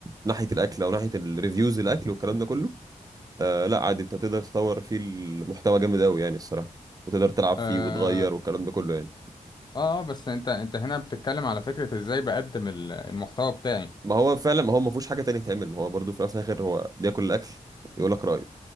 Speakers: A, on the right (about 25°); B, on the left (about 30°).
A: ناحيه الاكل او ناحيه الريفيوز الاكل والكلام ده كله آه لا عادي انت تقدر تطور فيه المحتوى جامد قوي يعني الصراحه وتقدر تلعب فيه
B: اه
A: وتغير والكلام ده كله يعني
B: اه آه، بس انت انت هنا بتتكلم على فكرة ازاي بقدم ال- المحتوى بتاعي
A: ما هو فعلا ما هو ما فيهوش حاجه تانية تعمل ما هو برضو في الاول وفي الاخر هو بياكل الاكل يقول لك رايه